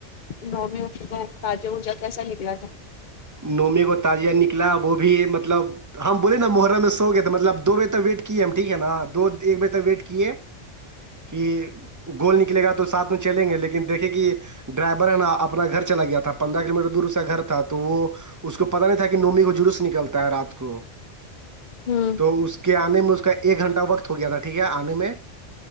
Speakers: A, on the left (about 50°); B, on the right (about 20°).
A: نومی تجا وجا کیسا نکلا تھا
B: نومی کو تازیہ نکلا وہ بھی مطلب ہم بولے نا محرم میں سو گئے تھے مطلب دو بجے تک ویٹ کیے ہم ٹھیک ہے نا دو ایک بجے تک ویٹ کیے کہ گول نکلے گا تو ساتھ میں چلیں گے لیکن دیکھے کہ ڈرائیور ہے نا اپنا گھر چلا گیا تھا پندرہ کلو میٹر دور اس کا گھر تھا تو وہ اس کو پتا نہیں تھا کہ نومی کو جلوس نکلتا ہے رات کو
A: ہوں
B: تو اس کے آنے میں اس کا ایک گھنٹہ وقت ہو گیا تھا ٹھیک ہے آنے میں